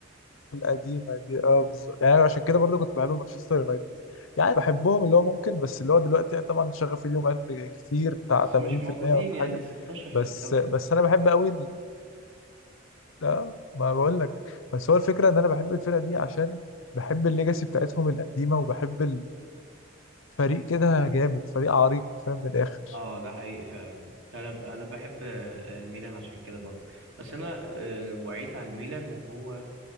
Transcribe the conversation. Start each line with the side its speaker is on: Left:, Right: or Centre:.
Left: القديمه دي اه بالظبط يعني أنا عشان كده برضه كنت بحب مانشستر يونايتد يعني بحبهم اللي هو ممكن بس اللي هو دلوقتي يعني طبعا شغفي اليوم قل كتير بتاع
Right: بس
Left: 80%
Right: مش موجودين
Left: ولا
Right: يعني
Left: حاجه
Right: ده 16 في
Left: بس
Right: الدوري
Left: بس انا بحب قوي ال- لا ما بقول لك بس هو الفكره ان انا بحب الفرقه دي عشان بحب الليجاسي بتاعتهم القديمه وبحب الفريق كده جامد فريق عريق فاهم من الاخر
Right: اه ده حقيقي فعلا انا ب- انا بحب آه، الميلان عشان كده برضه بس انا آه، وعيت على الميلان وهو